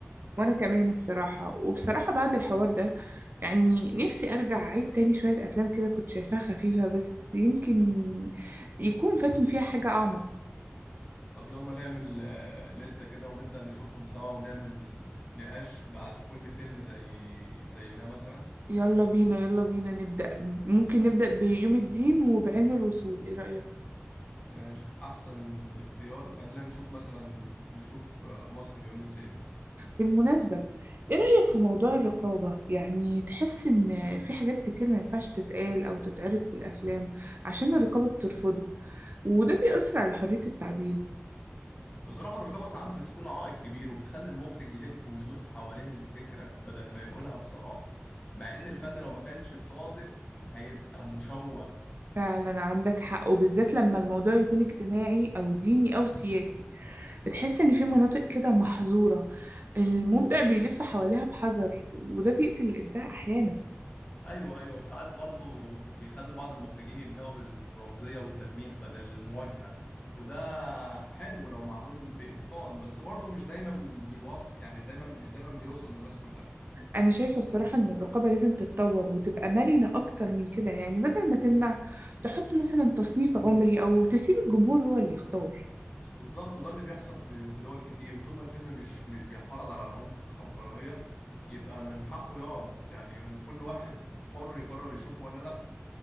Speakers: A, on the right; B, on the left.
A: وأنا كمان الصراحة وبصراحة بعد الحوار ده يعني نفسي أرجع أعيد تاني شوية أفلام كده كنت شايفاها خفيفة بس يمكن يكون فاتني فيها حاجة أعمق
B: طب يلا نعمل آه، لستة كده ونبدأ نشوفهم سوا ونعمل نقاش بعد كل فيلم زي زي ده مثلا
A: يلا بينا يلا بينا نبدأ ممكن نبدأ بيوم الدين وبعلم الوصول ايه رأيك
B: ماشي أحسن اختيار خلينا نشوف مثلا نشوف آه، مصر بعيون السينما
A: بالمناسبة ايه رأيك في موضوع الرقابة يعني تحس ان في حاجات كتير ما ينفعش تتقال او تتعرض في الافلام عشان الرقابة بترفضه وده بيأثر على حرية التعبير
B: بصراحة الرقابة ساعات بتكون عائق كبير وبتخلي المخرج يلف ويدور حوالين الفكرة بدل ما يقولها بصراحة مع إن الفن لو ما كانش صادق هيبقى مشوه
A: فعلا عندك حق وبالذات لما الموضوع يكون اجتماعي او ديني او سياسي بتحس ان في مناطق كده محظورة المبدع بيلف حواليها بحذر وده بيقتل الابداع احيانا
B: ايوه ايوه وساعات برضو بيخلي بعض المخرجين يلجأوا للرمزيه والتلميح بدل المواجهه وده حلو لو معمول باتقان بس برضو مش دايما بيوصل يعني دايما مش دايما بيوصل للناس كلها
A: أنا شايفة الصراحة إن الرقابة لازم تتطور وتبقى مرنة أكتر من كده يعني بدل ما تمنع تحط مثلا تصنيف عمري أو تسيب الجمهور هو اللي يختار
B: بالظبط وده اللي بيحصل في في دول كتير طول ما الفيلم مش مش بيحرض على عنف او كراهيه يبقى من حقه يعرض يعني وكل واحد حر يقرر يشوفه ولا لا